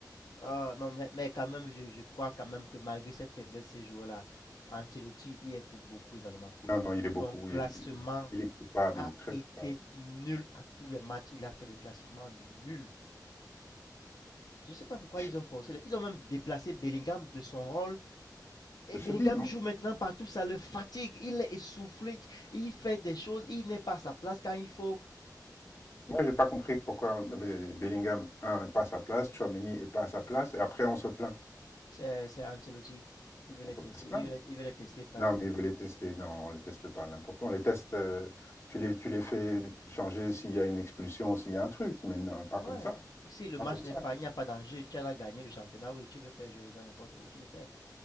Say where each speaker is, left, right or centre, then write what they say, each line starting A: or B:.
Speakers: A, on the left; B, on the left.
A: Ah, non, mais, mais quand même, je, je crois quand même que malgré ses faiblesses, ces joueurs-là, Ancelotti y est pour beaucoup également.
B: Non, non, il
A: Son
B: est beaucoup,
A: classement
B: il est, il est coupable,
A: a
B: il est très
A: été
B: coupable.
A: nul à tous les matchs. Il a fait des classements nuls. Je ne sais pas pourquoi
B: Mhm.
A: ils ont forcé. Ils ont même déplacé Bellingham de son rôle. Et
B: Je
A: Bellingham
B: te dis, moi,
A: joue maintenant partout. Ça le fatigue. Il est essoufflé. Il fait des choses. Il n'est pas à sa place quand il faut.
B: moi, j'ai pas compris pourquoi Be- Bellingham, un, n'est pas à sa place, Tchouaméni est pas à sa place, et après, on se plaint.
A: C'est c'est Ancelotti. Il veut
B: On
A: les
B: peut
A: tester.
B: pas se plaindre.
A: Il veut les, il veut les tester partout.
B: Non, mais il veut les tester. Non, on les teste pas n'importe quoi. On les teste, euh, tu les, tu les fais changer s'il y a une expulsion, s'il y a un truc, mais non, pas
A: Ouais.
B: comme ça.
A: Ou si le
B: Pas
A: match
B: comme
A: n'est
B: ça.
A: pas, il n'y a pas d'enjeu, tu as gagné le championnat, oui, tu veux faire jouer les gens n'importe où, tu le fais.